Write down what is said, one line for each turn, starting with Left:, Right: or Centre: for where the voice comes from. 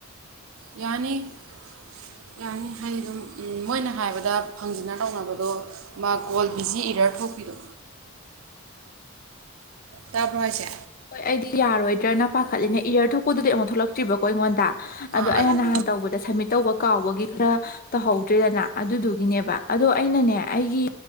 Right: ꯌꯥꯅꯤ ꯌꯥꯅꯤ ꯍꯥꯏꯗꯤ ꯑꯗꯨꯝ ꯃꯣꯏꯅ ꯍꯥꯏꯕꯗ ꯐꯪꯖꯅ ꯇꯧꯅꯕꯗꯣ ꯃꯥ ꯀꯣꯜ ꯕꯤꯖꯤ ꯏꯔ ꯊꯣꯛꯄꯤꯗꯣ ꯇꯥꯕ꯭ꯔꯣ ꯍꯥꯏꯁꯦ
Left: ꯍꯣꯏ ꯑꯩꯗꯤ ꯌꯥꯔꯣꯏꯗ꯭ꯔꯅ ꯄꯥꯈꯠꯂꯤꯅꯦ ꯏꯌꯥꯔ ꯊꯣꯛꯄꯗꯨꯗꯤ ꯑꯃꯨꯛ ꯊꯣꯛꯂꯛꯇ꯭ꯔꯤꯕꯀꯣ ꯑꯩꯉꯣꯟꯗ
Right: ꯑꯥ
Left: ꯑꯗ ꯑꯩꯅ
Right: ꯑ-
Left: ꯅꯍꯥꯟ ꯇꯧꯕꯗ ꯁꯝꯃꯤꯠ ꯇꯧꯕ ꯀꯥꯎꯕꯒꯤ ꯈꯔ ꯇꯧꯍꯧꯗ꯭ꯔꯔꯤꯗꯅ ꯑꯗꯨꯗꯨꯒꯤꯅꯦꯕ ꯑꯗꯣ ꯑꯩꯅꯅꯦ ꯑꯩꯒꯤ